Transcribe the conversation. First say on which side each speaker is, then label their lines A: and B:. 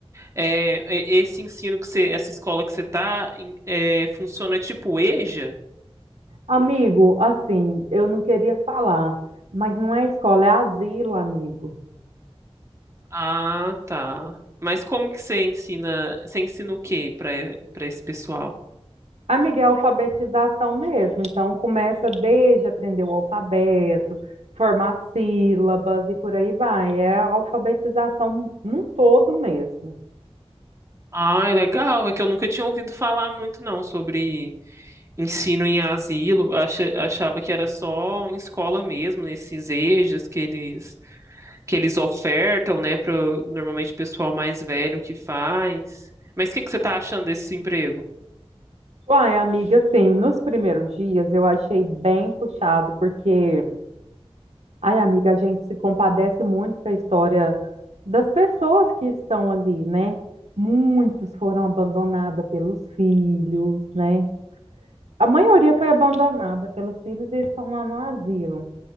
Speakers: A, on the right (about 25°); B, on the right (about 80°).
A: É, e- esse ensino que você, essa escola que você tá, em- é, funciona tipo EJA?
B: Amigo, assim, eu não queria falar, mas não é escola, é asilo, amigo.
A: Ah, tá. Mas como que você ensina, você ensina o quê para para esse pessoal?
B: Amiga, é alfabetização mesmo. Então, começa desde aprender o alfabeto, formar sílabas e por aí vai. É a alfabetização num todo mesmo.
A: Ah, é legal. É que eu nunca tinha ouvido falar muito não sobre ensino em asilo. Acha- achava que era só em escola mesmo, nesses EJAs que eles que eles ofertam, né, para normalmente pessoal mais velho que faz. Mas o que que você está achando desse emprego?
B: Uai, amiga, assim, nos primeiros dias eu achei bem puxado, porque, ai, amiga, a gente se compadece muito com a história das pessoas que estão ali, né? Muitos foram abandonados pelos filhos, né? A maioria foi abandonada pelos filhos e estão lá no asilo.